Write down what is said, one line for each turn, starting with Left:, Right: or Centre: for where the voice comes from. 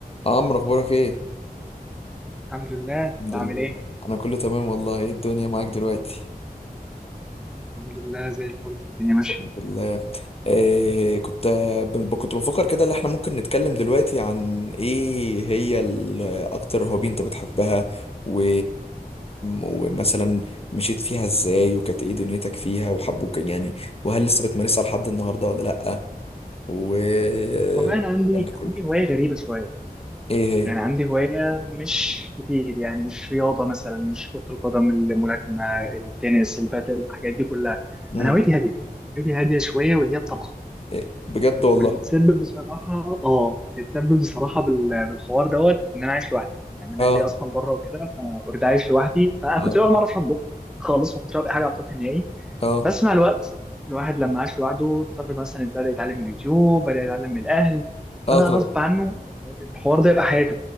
Left: عمرو اخبارك ايه
Centre: الحمد لله انت
Left: الحمد
Centre: عامل
Left: لله
Centre: ايه
Left: انا كله تمام والله ايه الدنيا معاك دلوقتي
Centre: الحمد لله زي الفل الدنيا ماشيه
Left: الحمد لله إيه كنت ب- كنت بفكر كده ان احنا ممكن نتكلم دلوقتي عن ايه هي ال- اكتر هوبي انت بتحبها و... ومثلا مشيت فيها ازاي وكانت ايه دنيتك فيها وحبوك يعني وهل لسه بتمارسها لحد النهارده ولا لأ و الكلام
Centre: والله انا عندي
Left: ده
Centre: انا
Left: كله
Centre: عندي هوايه غريبه شويه
Left: ايه هي
Centre: يعني عندي هوايه مش كتير يعني مش رياضه مثلا مش كره القدم الملاكمه التنس البادل الحاجات دي كلها
Left: مم.
Centre: انا هوايتي هاديه هوايتي هاديه شويه واللي هي الطبخ
Left: إيه بجد والله
Centre: واللي تسبب بصراحة اه اتسبب بصراحة بال- بالحوار دوت ان انا عايش لوحدي يعني انا
Left: اه
Centre: اهلي اصلا بره وكده فانا اوريدي عايش لوحدي فانا
Left: اه
Centre: كنت اول مرة اعرف اطبخ خالص ما كنتش اعرف اي حاجة على الطبخ نهائي
Left: اه
Centre: بس مع الوقت الواحد لما عاش لوحده اضطر مثلا بدأ يتعلم من اليوتيوب بدأ يتعلم من الاهل
Left: اه
Centre: بدأ
Left: طبعا
Centre: غصب عنه يعني الحوار ده يبقى حياته